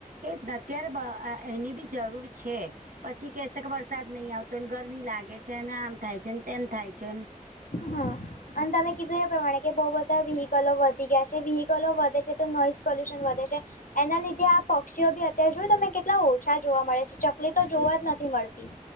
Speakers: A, on the right; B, on the left.
A: એ અત્યારે અ એની બી જરૂર છે પછી કેશે વરસાદ નહીં આવતો ગરમી લાગે છે અને આમ થાય છે ને તેમ થાય છે
B: હા અને તમે કીધું એ પ્રમાણે કે બહુ બધા વ્હીિકલો વધી ગયા છે વ્હીિકલો વધે છે તો નોઈઝ પોલ્યુશન વધે છે એના લીધે આ પક્ષીઓ બી અત્યારે જોય તને કેટલા ઓછા જોવા મળે છે ચકલી તો જોવા જ નથી મળતી